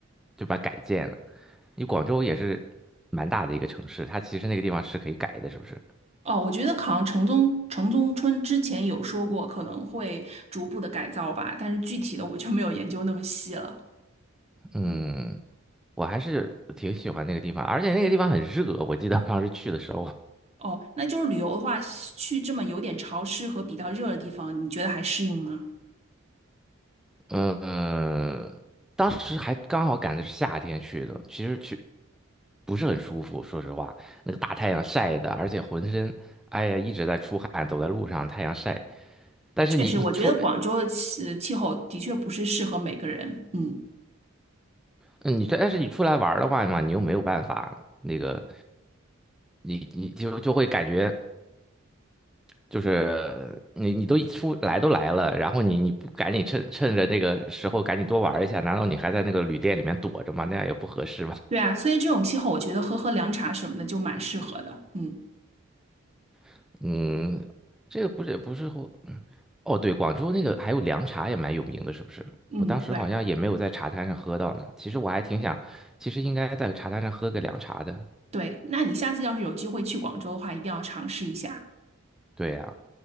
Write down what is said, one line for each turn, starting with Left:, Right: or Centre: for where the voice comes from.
Centre: 就把它改建了？你广州也是蛮大的一个城市，它其实那个地方是可以改的，是不是？
Right: 哦，我觉得好像城中城中村之前有说过可能会逐步的改造吧，但是具体的我就没有研究那么细了。
Centre: 嗯，
Right: 嗯。
Centre: 我还是挺喜欢那个地方，而且那个地方很热，我记得当时去的时候，
Right: 哦，那就是旅游的话，去这么有点潮湿和比较热的地方，你觉得还适应吗？
Centre: 嗯，当时还刚好赶的是夏天去的，其实去不是很舒服，说实话，那个大太阳晒的，而且浑身，哎呀一直在出汗，走在路上太阳晒。但是你你出
Right: 确实，我觉得广州的气气候的确不是适合每个人。嗯，
Centre: 嗯，你这但是你出来玩儿的话嘛，你又没有办法，那个你你就就会感觉就是你你都出来都来了，然后你你不赶紧趁趁着那个时候赶紧多玩儿一下，难道你还在那个旅店里面躲着吗？那样也不合适吧？
Right: 对啊，所以这种气候，我觉得喝喝凉茶什么的就蛮适合的。嗯
Centre: <laughs> 嗯，这个不是也不是会哦，对，广州那个还有凉茶也蛮有名的，是不是？
Right: 嗯，
Centre: 我当时好像也没有在茶摊上喝到呢。
Right: 对
Centre: 其实我还挺想，其实应该在茶摊上喝个凉茶的。
Right: 对，那你下次要是有机会去广州的话，一定要尝试一下。
Centre: 对呀、